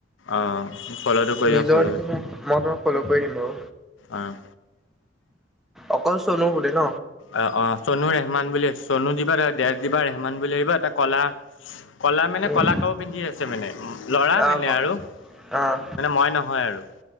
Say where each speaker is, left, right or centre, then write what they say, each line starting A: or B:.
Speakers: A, on the left; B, in the centre.
A: অঁ ফল'টো কৰি
B: নিজৰ
A: দিম ফল'
B: মই তোমাক ফল' কৰি দিম বাৰু
A: অ',
B: অকল চনু বুলি ন?
A: অ - অ চনুৱে মান বুলি চনু দিবা দেজ দিবা ৰেহমান বুলি আহিবা এটা কলা- কলা মানে
B: উম
A: কলা কাপোৰ পিন্ধি আছে মানে ল'ৰা
B: আহ
A: মানে
B: গম
A: আৰু
B: আহ
A: মানে মই নহয় আৰু